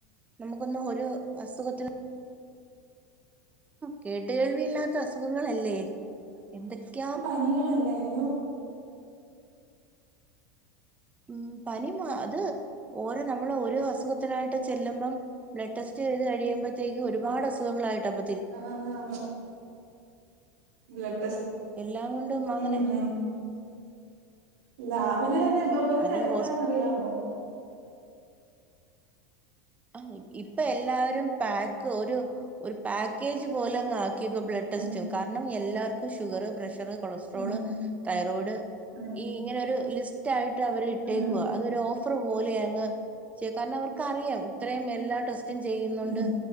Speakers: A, on the right; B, on the right.
A: നമുക്കൊന്ന് ഒരു അസുഖത്തിന് കേട്ട കേൾവിയില്ലാത്ത അസുഖങ്ങളല്ലേ എന്തൊക്കെയാ
B: പണികളല്ല <unintelligible>
A: ഉം പനി അത് ഓരോ നമ്മൾ ഓരോ അസുഖത്തിനായിട്ട് ചെല്ലുമ്പം ബ്ലഡ് ടെസ്റ്റ് ചെയ്ത് കഴിയുമ്പഴത്തേക്ക് ഒരുപാ അസുഖങ്ങളായിട്ട്പ്പ
B: ആ ആ ബ്ലഡ് ടെസ്റ്റ്
A: എല്ലാം കൊണ്ടും അങ്ങനെ
B: ഉം ഉം ലാബില് തന്നെ എന്തോ ഒരു
A: അതീ
B: തിരക്കാന്ന്റിയമോ
A: ഹോസ് ആ ഇപ്പൊ എല്ലാവരും പാക്ക് ഒരു പാക്കേജ് പോലെങ് <unintelligible> ബ്ലഡ്ടെസ്റ്റ
B: ഉം
A: കാരണം എല്ലർക്കും ഷുഗർ പ്രഷ ർ കൊളസ്ട്രോൾ
B: ഉം ഉം
A: തൈറോയ്ഡ്
B: അതെ
A: ഈ ഇങ്ങനെ ഒരു ലിസ്റ്റ് ആയിട്ട് അവർ ഇട്ടേക്കുക
B: ഉം
A: അതൊരു ഓഫർ പോലെയ അങ്ങ് ചെയ കാരണം അവർക്കറിയാം ഇത്രയും എല്ലാ ടെസ് ചെയുന്നുണ്ട്
B: ഉം